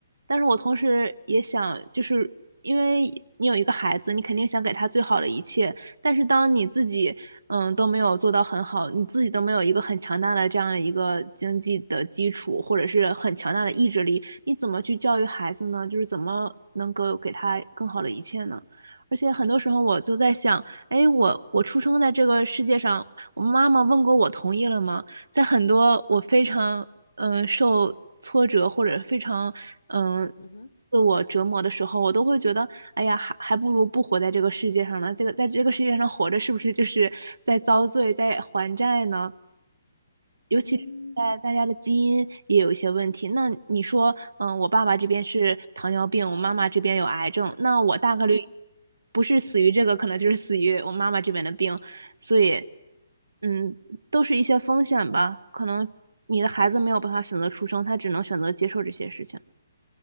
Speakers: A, on the right; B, on the left.
A: 但是我同时也想，就是因为你有一个孩子，你肯定想给他最好的一切，但是当你自己嗯都没有做到很好，你自己都没有一个很强大的这样的一个经济的基础，或者是很强大的意志力，你怎么去教育孩子呢？就是怎么能够给他更好的一切呢？而且很多时候我就在想。哎，我我出生在这个世界上，我妈妈问过我同意了吗？在很多我非常嗯、呃受挫折或者非常嗯、呃
B: 嗯哼
A: 自我折磨的时候，我都会觉得，哎呀，还还不如不活在这个世界上呢。这个在这个世界上活着，是不是就是在遭罪，在还债呢？尤其是在大家的基因也有一些问题。
B: 嗯
A: 那你说，嗯，我爸爸这边是糖尿病，我妈妈这边有癌症，那我大概率
B: 嗯，
A: 不是死于这个，可能就是死于我妈妈这边的病，所以。嗯，都是一些风险吧。可能你的孩子没有办法选择出生，他只能选择接受这些事情。